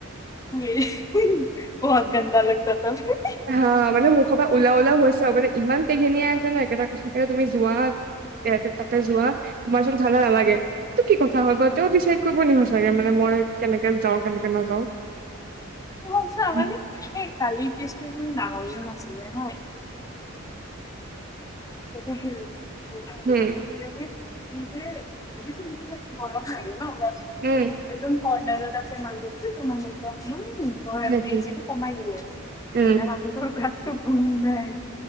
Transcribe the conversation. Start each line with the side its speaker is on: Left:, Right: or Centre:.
Left: <inaudible> বহত গন্দা লগতা থা <unintelligible>
Right: হা মানে মুখৰ পৰা ওলাওঁ-ওলাওঁ হৈছে আৰু মানে ইমান পেঘেনিয়াই আছে ন' একেটা কথাকে তুমি যোৱা সিহঁতৰ তাতে যোৱা, তোমাৰ চোন ঠাণ্ডা নালাগে। সেইটো কি কথা হয় বা তেওঁ ডিচাইড কৰিব নি হোষ্টে <unintelligible> মানে মই কেনেকৈ যাওঁ, কেনেকৈ নাযাওঁ।
Left: মোক চা
Right: উম
Left: মানে এই কালিৰ কেচটো ইমান ডাঙৰো নাছিলে ন <inaudible> <unintelligible>
Right: হুম।
Left: <inaudible> মৰম লাগে ন তাত।
Right: উম।
Left: একদম কৰ্ণাৰত আছে <unintelligible> সেইটো অকনমান
Right: সেইটোৱে
Left: হয়। এ চিটো কমাই গৈ আছে। এতিয়া
Right: উম
Left: মানুহটোৰ গাতটো ভুল নাই।